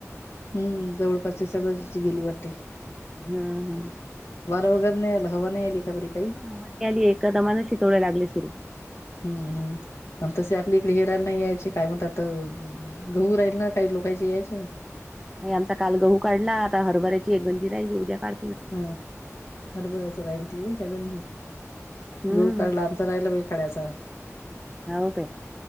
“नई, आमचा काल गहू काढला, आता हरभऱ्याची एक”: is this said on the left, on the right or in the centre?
Centre